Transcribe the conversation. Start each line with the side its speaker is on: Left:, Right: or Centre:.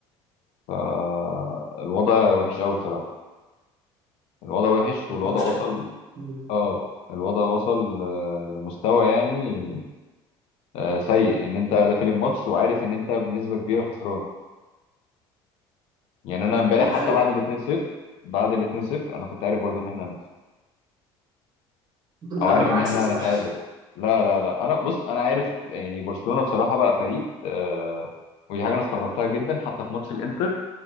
Left: فالوضع وحش قوي بصراحه الوضع وحش
Right: المشكلة
Left: والوضع وصل
Right: أمم،
Left: اه الوضع وصل آه، لمستوى يعني آه، سيء ان انت داخل الماتش وعارف ان انت بنسبه كبيره خسران يعني انا امبارح
Right: ده
Left: حتى
Right: حقيقة
Left: بعد ال 2-0 بعد ال 2-0 انا كنت عارف برضو ان احنا هنخسر
Right: <laughs> أنا
Left: او عارف
Right: العكس
Left: ان احنا
Right: بصراحة
Left: هنتعادل لا لا لا انا بص انا عارف يعني برشلونه بصراحه بقى فريق آه، ودي حاجه انا استغربتها جدا حتى في ماتش الانتر